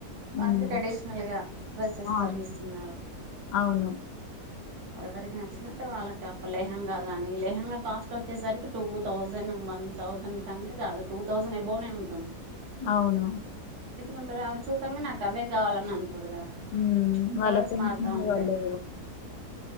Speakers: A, on the left; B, on the right.
A: ఉమ్,
B: వాళ్ళకి ట్రెడిషనల్ గా డ్రెస్సెస్
A: ఆ
B: అందిస్తున్నారు
A: అవును
B: ఎవరికి నచ్చినట్టు వాళ్ళకి లేహంగా గానీ లేహంగా కాస్ట్ వచ్చేసరికి టూ థౌసండ్ వన్ థౌసండ్ కంటే కాదు టూ థౌజండ్ ఎబోనే ఉంటుంది
A: అవును
B: ఉంటారు అవి చూడంగా నాకు అవే కావాలని అంత కూరు కదా
A: ఉమ్ వాళ్ళ
B: మూడోస్
A: ఫ్రెండ్స్
B: మార్తా ఉంటాయి
A: వాళ్ళు